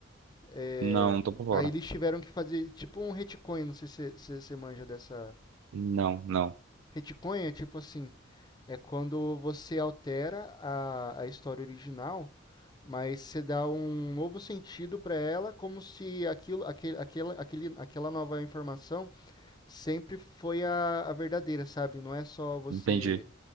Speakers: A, on the left; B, on the right.
A: É,
B: Não, tô por fora.
A: aí eles tiveram que fazer tipo um retcon. Não sei se você se, você manja dessa.
B: Não, não,
A: Retcon é tipo assim: é quando você altera a, a história original, mas você dá um novo sentido para ela, como se aquilo, aquele, aquela, aquele, aquela nova informação sempre foi a, a verdadeira, sabe? Não é só você
B: entendi.